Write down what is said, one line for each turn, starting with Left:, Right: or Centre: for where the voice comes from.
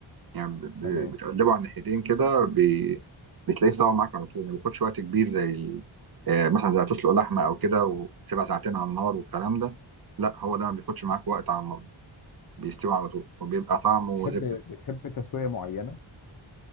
Right: يعني ب- ب-
Left: تمام
Right: بتقلبه على الناحيتين كده بي... بتلاقيه استوى معاك على طول ما بياخدش وقت كبير زي ال... آه، مثلا زي تسلق لحمه او كده وتسيبها ساعتين على النار والكلام ده لا هو ده ما بياخدش معاك وقت على النار بيستوي على طول وبيبقى طعمه
Left: بتحب
Right: زبده
Left: بتحب تسويه معينه